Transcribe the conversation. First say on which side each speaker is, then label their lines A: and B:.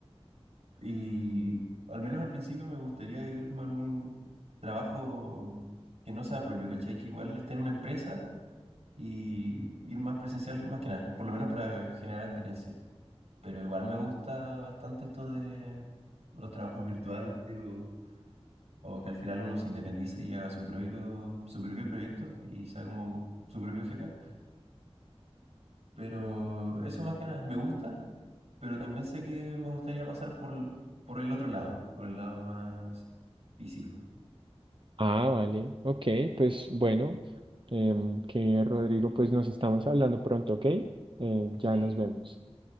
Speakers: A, on the right; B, on the right.
A: y al menos al principio me gustaría irme a algún trabajo que no sea propio, ¿cachai? Que igual esté en una empresa y ir más presencial más que nada, por lo menos para generar experiencia. Pero igual me gusta bastante esto de los trabajos virtuales o, o que al final uno se independice y haga su propio, su propio proyecto y sea como su propio jefe. Pero eso más que nada me gusta, pero también sé que me gustaría pasar por, por el otro lado, por el lado más físico.
B: Ah, vale. Ok, pues bueno, em, que Rodrigo, pues nos estamos hablando pronto, ¿ok? Em, ya
A: Sí.
B: nos vemos.